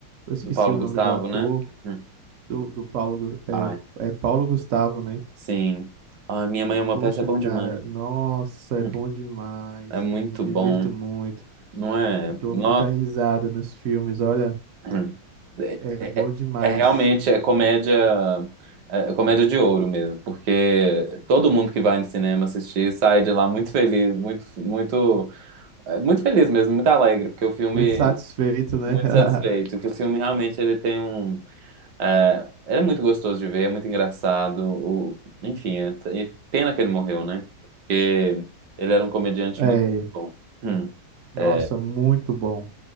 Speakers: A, on the right; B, on the right.
A: eu esqueci
B: Do Paulo
A: o
B: Gustavo,
A: nome do ator,
B: né? Hum.
A: do, do Paulo, Gus- é,
B: Ai,
A: é Paulo Gustavo, né?
B: sim. Ai, Minha Mãe é uma
A: Poxa,
B: Peça é bom demais.
A: cara, nossa, é
B: Hum.
A: bom demais.
B: É muito
A: Eu me divirto
B: bom,
A: muito.
B: não é?
A: Dou
B: Nossa,
A: muita risada nos filmes, olha,
B: <clears throat> é,
A: é
B: é-
A: bom
B: é
A: demais.
B: é realmente é comédia, é é comédia de ouro mesmo, porque todo mundo que vai no cinema assistir sai de lá muito feliz, muito, muito, é, muito feliz mesmo, muito alegre, porque o filme
A: Muito satisfeito, né?
B: muito
A: <laughs>
B: satisfeito, que o filme realmente ele tem um, é, ele é muito gostoso de ver, é muito engraçado, o, enfim, é, e pena que ele morreu, né? Porque ele era um comediante
A: É,
B: muito bom. <clears throat>
A: nossa,
B: Hum.
A: muito bom.